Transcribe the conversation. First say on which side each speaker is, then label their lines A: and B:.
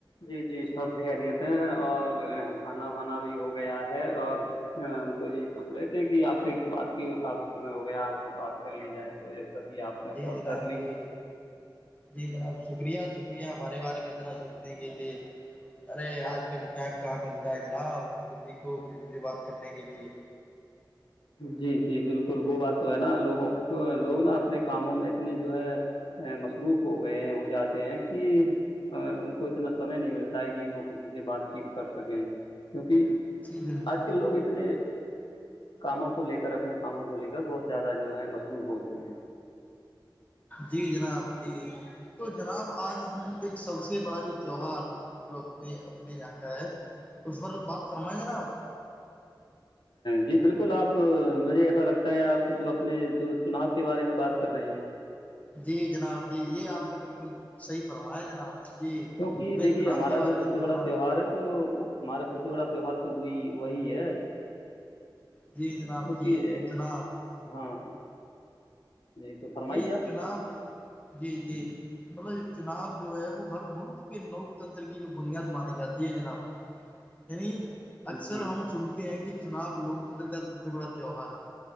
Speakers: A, on the left; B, on the left.
A: جی جی سب خیریت ہیں اور کھانا ونا بھی ہو گیا ہے اور ہاں ہم تو یہی سوچ رہے تھے کہ آپ سے ایک بات کی کافی سمے ہو گیا آپ سے بات کر لی جائے تو جب تک کہ آپ نے
B: جی
A: کال
B: جناب
A: کر لی
B: جی جی جناب شکریہ شکریہ ہمارے بارے میں اتنا سوچنے کے لیے ارے آج کل ٹائم کہاں ملتا ہے جناب کسی کو کسی سے بات کرنے کے لیے
A: جی جی بالکل وہ بات تو ہے نا لوگوں کو لوگ نا اپنے کاموں میں اتنے جو ہے مصروف ہو گئے ہیں ہو جاتے ہیں کہ ان کو اتنا سمے نہیں ملتا ہے کہ وہ کسی سے بات چیت کر سکیں کیونکہ
B: سی جناب
A: آج کل لوگ اتنے کاموں کو لے کر اپنے کاموں کو لے کر بہت زیادہ جو ہے مصروف ہوتے ہیں
B: جی جناب جی تو جناب آج ہم ایک سب سے بڑا جو تیوہار جو اپنے اپنے یہاں کا ہے اس پر بات فرمائ جناب
A: جی بالکل آپ مجھے ایسا لگتا ہے آپ جو اپنے جو چناؤ کے بارے میں بات کر رہے ہیں
B: جی جناب جی یہ آپ نے بالکل صحیح فرمایا ہے جناب جی
A: کیونکہ
B: میں
A: دیکھیے
B: چناؤ
A: ہمارا
B: کے بارے
A: جو سب
B: میں
A: سے
B: فرما
A: بڑا تیوہار ہے تو ہمارا سب سے بڑا تیوہار تو وہی وہی ہے
B: جی جناب
A: کیونکہ
B: جی جناب
A: ہاں جی تو فرمائیے
B: ایک
A: آپ
B: چناب جی جی مطلب چناب جو ہے وہ ہر ملک کے لوک تنتر کی جو بنیاد مانی جاتی ہے جناب یعنی اکثر
A: جی
B: ہم سن ہیں کہ چناب لوکتنتر کا سب سے بڑا تیوہار ہے